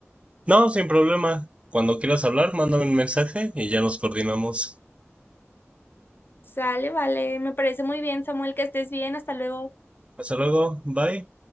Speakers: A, on the right; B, on the left.
A: No, sin problema. Cuando quieras hablar, mándame un mensaje y ya nos coordinamos.
B: Sale, vale. Me parece muy bien, Samuel, que estés bien. Hasta luego.
A: Hasta luego. Bye.